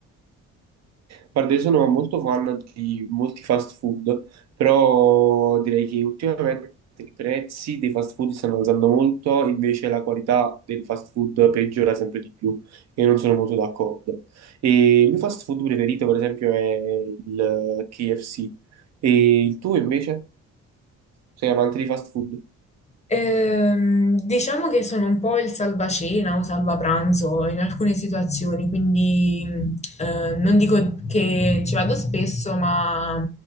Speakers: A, on the right (about 60°); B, on the left (about 25°).
A: Guarda, io sono molto fan di molti fast food, però direi che ultimamente i prezzi dei fast food stanno alzando molto, invece la qualità del fast food peggiora sempre di più e non sono molto d'accordo. E il mio fast food preferito, per esempio, è il KFC. E il tuo invece? Sei amante di fast food?
B: Ehm, diciamo che sono un po' il salvacena o salvapranzo in alcune situazioni, quindi mh, eh, non dico che ci vado spesso, ma